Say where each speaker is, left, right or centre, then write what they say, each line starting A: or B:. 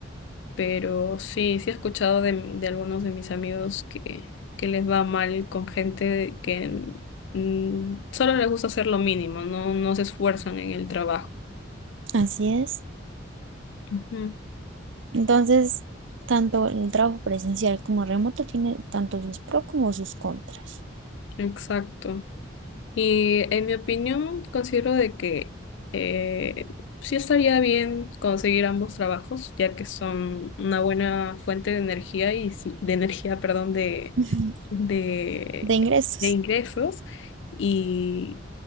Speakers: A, on the left (about 60°); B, on the right (about 70°).
A: pero sí, sí he escuchado de, de algunos de mis amigos que, que les va mal con gente que mm, solo les gusta hacer lo mínimo, no, no se esfuerzan en el trabajo.
B: Así es.
A: Ujú,
B: Entonces, tanto el trabajo presencial como remoto tiene tanto sus pros como sus contras
A: Exacto. Y en mi opinión, considero de que eh, sí estaría bien conseguir ambos trabajos, ya que son una buena fuente de energía y sí- de energía, perdón, de,
B: <laughs>
A: de,
B: de ingresos.
A: de ingresos y